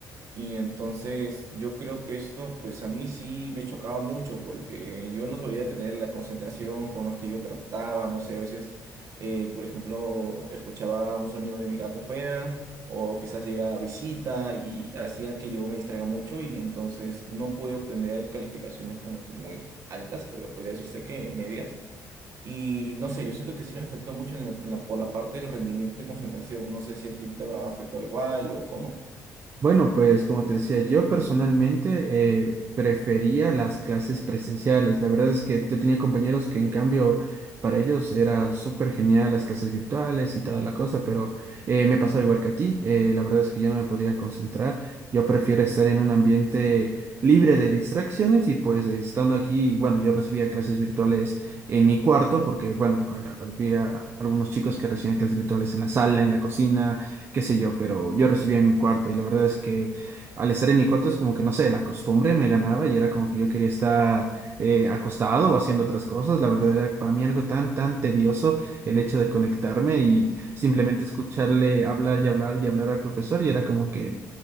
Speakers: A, on the right; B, on the right.
A: y entonces yo creo que esto, pues a mí sí me chocaba mucho porque yo no podía tener la concentración por más que yo trataba, no sé, a veces, eh, por ejemplo, escuchaba un sonido de mi gato fuera o quizás llegaba a visita y hacía que yo me distraiga mucho y entonces no pude obtener calificaciones como que muy altas, pero podría decirse que medias. Y no sé, yo siento que sí me afectó mucho en la- en la- por la parte del rendimiento y concentración. No sé si a ti te ha afectado igual o cómo.
B: Bueno, pues como te decía, yo personalmente eh, prefería las clases presenciales. La verdad es que yo tenía compañeros que en cambio para ellos era súper genial las clases virtuales y toda la cosa, pero eh, me pasaba igual que a ti. Eh, la verdad es que yo no me podía concentrar. Yo prefiero estar en un ambiente libre de distracciones y pues estando aquí, bueno, yo recibía clases virtuales en mi cuarto porque, bueno, a- había algunos chicos que recibían clases virtuales en la sala, en la cocina qué sé yo, pero yo recibía en mi cuarto y la verdad es que al estar en mi cuarto es como que, no sé, la costumbre me ganaba y era como que yo quería estar eh, acostado o haciendo otras cosas. La verdad era para mí algo tan, tan tedioso el hecho de conectarme y simplemente escucharle hablar y hablar y hablar al profesor y era como que...